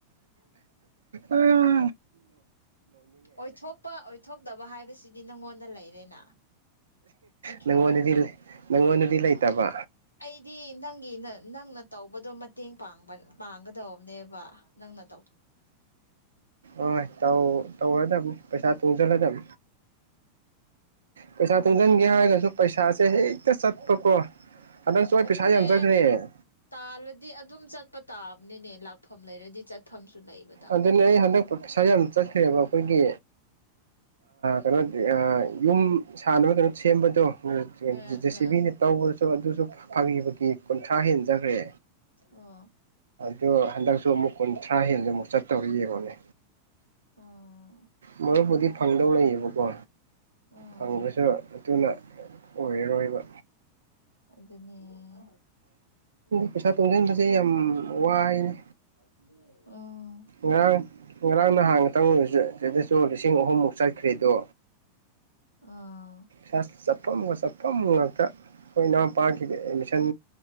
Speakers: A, on the right; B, on the left.
A: ꯑ
B: ꯑꯣꯏꯊꯣꯛꯄ ꯑꯣꯏꯊꯣꯛꯇꯕ ꯍꯥꯏꯕꯁꯤꯗꯤ ꯅꯪꯉꯣꯟꯗ ꯂꯩꯔꯦꯅ ꯅꯠꯇ꯭ꯔꯣ
A: ꯅꯪꯉꯣꯟꯗꯗꯤ ꯅꯪꯉꯣꯟꯗꯗꯤ ꯂꯩꯇꯕ
B: ꯑꯩꯗꯤ ꯅꯪꯒꯤ ꯅꯪꯅ ꯇꯧꯕꯗꯣ ꯃꯇꯦꯡ ꯄꯥꯡꯕ ꯄꯥꯡꯒꯗꯧꯕꯅꯦꯕ ꯅꯪꯅꯧ
A: ꯑ ꯇ ꯇꯧ ꯑꯣꯏ ꯅ ꯄꯩꯁꯥ ꯇ ꯗꯂꯗꯝ ꯄꯩꯁꯥ
B: ꯅꯪꯉꯣꯟꯗ
A: ꯇꯨꯡꯁꯤꯟꯒꯦ
B: ꯂꯣꯏ
A: ꯍꯥꯏꯔꯒꯁꯨ ꯄꯩꯁꯥꯁꯦ ꯍꯦꯛꯇ ꯆꯠꯄꯀꯣ ꯍꯟꯗꯛꯁꯨ ꯑꯩ
B: ꯑꯗꯨꯅꯦ
A: ꯄꯩꯁꯥ ꯌꯥꯝ ꯆꯠꯈ꯭ꯔꯦ
B: ꯇꯥꯜꯂꯗꯤ ꯑꯗꯨꯝ ꯆꯠꯄ ꯇꯥꯕꯅꯤꯅꯦ ꯂꯥꯛ ꯃꯐꯝ ꯂꯩꯔꯗꯤ ꯆꯠꯐꯝꯁꯨ ꯂꯩꯕꯗ
A: ꯑꯗꯨꯅꯦ ꯑꯩ ꯍꯟꯗꯛ ꯄꯩꯁꯥ ꯌꯥꯝ ꯆꯠꯈ꯭ꯔꯦꯕ ꯑꯩꯈꯣꯏꯒꯤ ꯀꯩꯅꯣ ꯌꯨꯝ ꯁꯥꯟꯅꯕ ꯀꯩꯅꯣ ꯁꯦꯝꯕꯗꯣ
B: ꯑꯥ
A: ꯖꯦ
B: ꯑꯥ
A: ꯁꯤꯕꯤꯅ ꯇꯧꯕꯗꯁꯨ ꯑꯗꯨ ꯁ ꯐꯥꯒꯤ ꯐꯒꯤ ꯀꯨꯟꯊ꯭ꯔꯥ ꯍꯦꯟꯖꯈ꯭ꯔꯦ
B: ꯑꯣ
A: ꯑꯗꯣ ꯍꯟꯗꯛꯁꯨ ꯑꯃꯨꯛ ꯀꯨꯟꯊ꯭ꯔꯥ ꯍꯦꯜꯗ ꯑꯃꯨꯛ ꯆꯠꯇꯧꯔ ꯌꯦꯡꯉꯣꯅꯦ
B: ꯑꯣ
A: ꯃꯔꯨꯞꯄꯨꯗꯤ ꯐꯪꯗꯧ ꯂꯩꯌꯦꯕꯀꯣ
B: ꯑꯣ
A: ꯐꯪꯕꯁꯨ ꯑꯗꯨꯅ ꯑꯣꯏꯔꯔꯣꯏꯕ
B: ꯑꯗꯨꯗꯅꯤꯅꯦ
A: ꯄꯩꯁꯥ ꯇꯨꯡꯁꯤꯟꯕꯁꯦ ꯌꯥꯝ ꯋꯥꯏꯅꯦ
B: ꯑ
A: ꯉꯔꯥꯡ ꯉꯔꯥꯡ ꯅꯍꯥꯟ ꯉꯇꯪ ꯑꯣꯏ ꯁꯤꯗꯁꯨ ꯂꯤꯁꯤꯡ ꯑꯍꯨꯝꯃꯨꯛ ꯆꯠꯈ꯭ꯔꯦꯗꯣ
B: ꯑꯥ
A: ꯄꯩ ꯆꯠꯐꯝꯒ ꯆꯠꯐꯝ ꯉꯥꯛꯇ ꯑꯩꯈꯣꯏ ꯏꯅꯥꯎꯄꯥꯒꯤꯗꯤ ꯑꯦꯠꯃꯤꯁꯟ